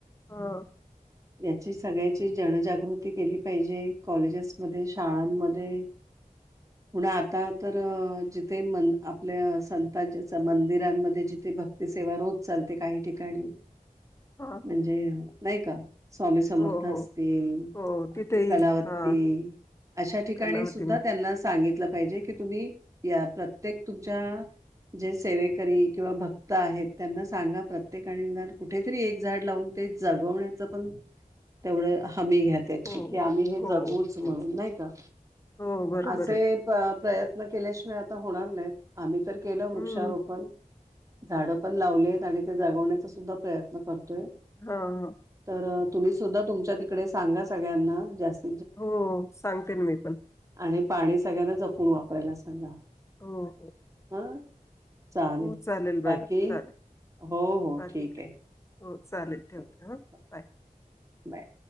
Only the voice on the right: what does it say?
याची सगळ्याची जनजागृती केली पाहिजे, कॉलेजेसमध्येध्ये, शाळांमध्ये पुन आता तर जिथे मन आपल्या संतां मंदिरांमध्ये जिथे भक्ती सेवा रोज चालते काही ठिकाणी काली
म्हणजे नाही का. स्वामी समर्थ
असतील,
आपल्या
कलावती
अशा ठिकाणी
सुद्धा
त्यांना सांगितलं की तुम्ही या प्रत्येक तुमच्या जे सेवेकरी किंवा भक्त आहेत त्यांना सांगा प्र प्र्येान कुठेतरी एक झाड लावून ते जगवण्याचं पण तेवढं हमी घ्या याची
की आम्ही हे
जगूच म्हणून
नाही का.
असे
प्रयत्न केल्याशिवाय आता होणार नाही आम्ही तर केलं वृक्षारोपण
झाड पण लावलेत आणि ते जागवण्याचा सुद्धा प्रयत्न करतोय.
तर तुम्ही सुद्धा तुमच्या तिकडे सांगा सगळ्यांना जास्त
आणि पाणी सगळ्यांना जपून वापरायला सांगा.
ह. चालेल
बाकी?
हो हो
ठीक
आहे
ठीक आहे
हो
बाय.